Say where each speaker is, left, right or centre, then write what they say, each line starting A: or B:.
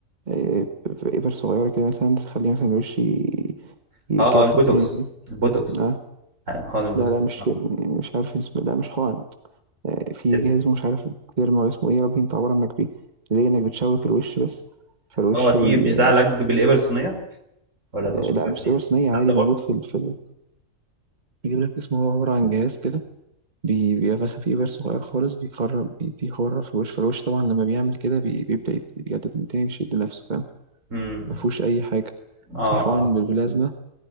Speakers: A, on the right; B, on the right.
A: آه، ب- بإبر صغيرة كده مثلا تخليه مثلا الوش ي-
B: <laughs>
A: يتجدد
B: اه آه، البوتوكس
A: تاني
B: البوتوكس
A: فاهم؟ آه،
B: هون البوتوكس
A: لا لأ مش
B: اه
A: ك مش عارف اسمه لأ مش حقن، آآ في
B: طب-
A: جهاز مش عارف الderma والّا اسمه إيه يا ربي، أنت عبارة إنك بي زي إنك بتشوك الوش بس، فالوش
B: آه، دي
A: بي
B: مش ده علاج بالابر الصينيه ولا
A: آه،
B: تقصد
A: لأ
B: حاجه
A: مش
B: ثانيه
A: صيغة صينية عادي
B: انت برضو
A: موجود في ال في ال بيجيب لك اسمه هو عبارة عن جهاز كده بي بيبقى مثلًا في إبر صغير خالص بيخرّم بيديه خرّة في الوش، فالوش طبعًا لمّا بيعمل كده بي بيبدأ يت يجدد من تاني بيشد نَفْسه فاهم،
B: امم
A: ما فيهوش أي حاجة.
B: اه
A: في حقن
B: اه
A: بالبلازما